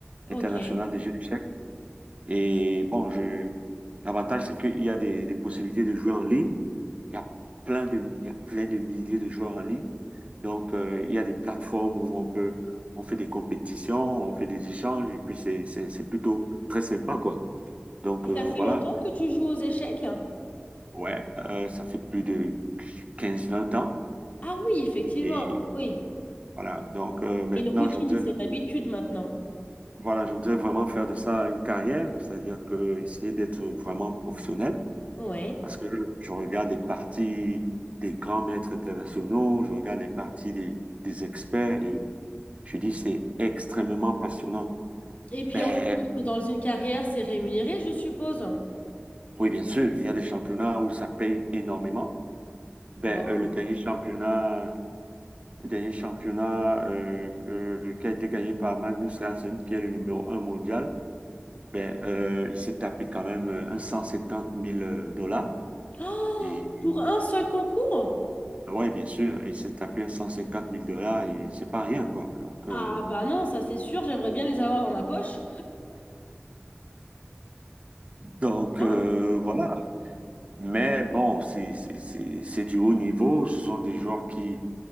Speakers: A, on the right; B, on the left.
A: internationale
B: OK.
A: des jeux d'échecs. Et bon, je... l'avantage, c'est qu'il y a des, des possibilités de jouer en ligne. Il y a plein de, il y a plein de milliers de joueurs en ligne. Donc, euh, il y a des plateformes où on peut, on fait des compétitions, on fait des échanges, et puis c'est, c'est, c'est plutôt très sympa, quoi. Donc,
B: Et ça
A: euh,
B: fait
A: voilà.
B: longtemps que tu joues aux échecs?
A: Ouais, euh, ça fait plus de quinze-vingt ans.
B: Ah oui, effectivement.
A: Et
B: Donc oui.
A: voilà. Donc, euh, maintenant,
B: C'est Une routine,
A: je voudrais,
B: c'est une habitude maintenant.
A: voilà, je voudrais vraiment faire de ça une carrière, c'est-à-dire que essayer d'être vraiment professionnel.
B: Ouais.
A: Parce que je regarde les parties des grands maîtres internationaux, je regarde les parties des, des experts et je dis c'est extrêmement passionnant.
B: Et puis
A: Ben
B: en plus, dans une carrière, c'est rémunéré, je suppose.
A: oui, bien sûr, il y a des championnats où ça paye énormément. Ben
B: Waouh.
A: euh, le dernier championnat, le dernier championnat euh, que- qui a été gagné par Magnus Carlsen, qui est le numéro un mondial, ben euh, il s'est tapé quand même euh, un 150 000 dollars
B: Oh,
A: et
B: pour un seul concours?
A: Ouais, bien sûr, il s'est tapé un 150 000 dollars et c'est pas rien, quoi. Donc, euh,
B: Ah bah non, ça c'est sûr, j'aimerais bien les avoir dans ma poche.
A: Donc
B: Waouh!
A: euh, voilà. Mais bon, c'est c'est- c'est- c'est du haut niveau. Ce sont des joueurs qui